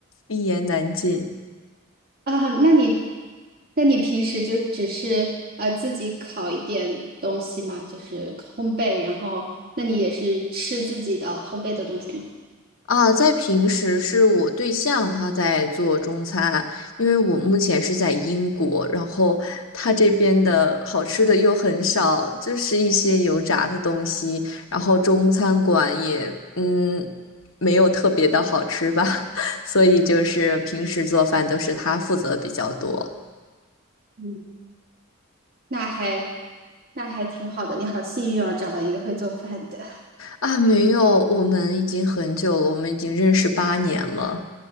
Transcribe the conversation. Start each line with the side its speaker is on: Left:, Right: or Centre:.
Left: 一言难尽。
Right: 啊，那你，那你平时就只是呃自己烤一点东西嘛，就是烘焙，然后那你也是吃自己的烘焙的东西吗？
Left: 啊，在平时是我对象他在做中餐，因为我目前是在英国，然后他这边的好吃的又很少，就是一些油炸的东西，然后中餐馆也嗯没有特别的好吃吧，<laughs> 所以就是平时做饭都是他负责比较多。
Right: 嗯，那还那还挺好的，你好幸运哦，找到一个会做饭的。
Left: 啊，没有，我们已经很久了，我们已经认识八年了。